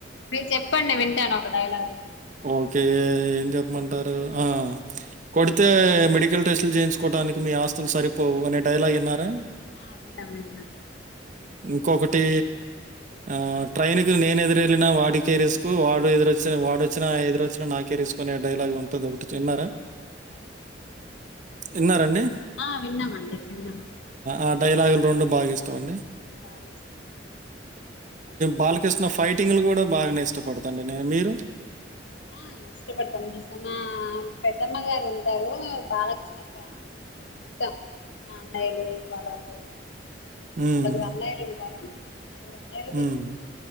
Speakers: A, on the left; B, on the right.
A: మీరు చెప్పండి వింటాను ఒక డైలాగ్
B: ఓకే ఏం చెప్పమంటారు ఆ కొడితే మెడికల్ టెస్ట్లు చేయించుకోట డానికి మీ ఆస్తులు సరిపోవు అనే డైలాగ్ ఇన్నారా
A: ఆ విన్నాం విన్నాం
B: ఇంకొకటి ఆ ట్రైన్కు నేను ఎదురెళ్ళిన వాడికే రిస్క్ వాడు ఎదురోచ్చిన వాడు వచ్చినా ఎదురోచ్చినా నాకే రిసుకు అనే డైలాగ్ ఉంటది ఒకటి విన్నారా
A: <inaudible>
B: ఎన్నారండి
A: ఆ విన్నం అండి విన్నం
B: ఆ డైలాగులు రెండు బాగా ఇస్తాంమండి
A: బాగిష్టమా బ
B: బాలకృష్ణ ఫైటింగ్లు కూడా బాగానే ఇష్టపడుతాండి నేను మీరు
A: ఆ ఇష్టపడతాం చూసా మా పెద్దమ్మ గారు ఉంటారు బాలకృష్ణ ఫ్యాన్ మొత్తం మా అన్నయలు వాళ్ళందరూ
B: ఉమ్.
A: నలుగురు అన్నయ్యలు ఉంటారు నాలుగు అన్నయ్యలు
B: హ్మ్.
A: పెద్దమ్మా